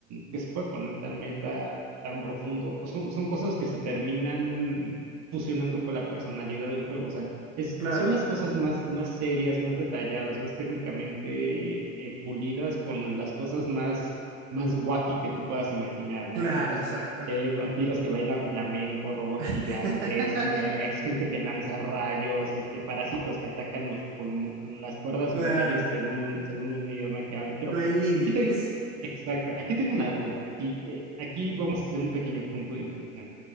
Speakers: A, on the right; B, on the right.
A: que se puede poner tan meta, tan profundo, son, son cosas que se terminan fusionando con la personalidad del juego. O sea, es-
B: claro.
A: son las cosas más, más serias, más detalladas, más técnicamente eh, pulidas con las cosas más, más wacky que te puedas imaginar, ¿no?
B: Claro,
A: Entonces,
B: exacto.
A: eh, vampiros que bailan flamenco, robots
B: <laughs>
A: gigantes, mechs, gente que lanza rayos, este, parásitos que atacan los pulmo- las cuerdas
B: Claro,
A: bucales según, según un idioma que hables. Pero
B: no hay límites.
A: aquí tengo, exacto, aquí tengo una duda. Aquí, eh, aquí vamos a hacer un pequeño punto de inflexión.